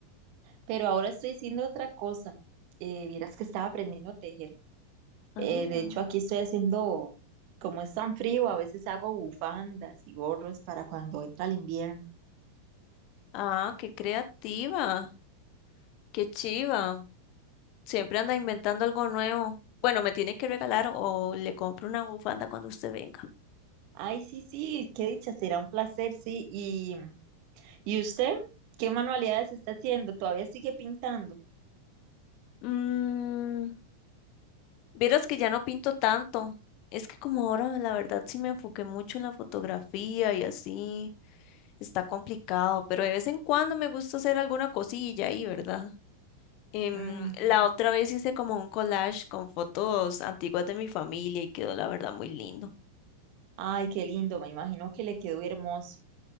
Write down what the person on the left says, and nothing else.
Ah,
ah, qué creativa, qué chiva. Siempre anda inventando algo nuevo. Bueno, me tiene que regalar o le compro una bufanda cuando usted venga.
Mm, vieras que ya no pinto tanto. Es que como ahora, la verdad, sí me enfoqué mucho en la fotografía y así. Está complicado, pero de vez en cuando me gusta hacer alguna cosilla ahí, ¿verdad? Em,
la otra vez hice como un collage con fotos antiguas de mi familia y quedó la verdad muy lindo.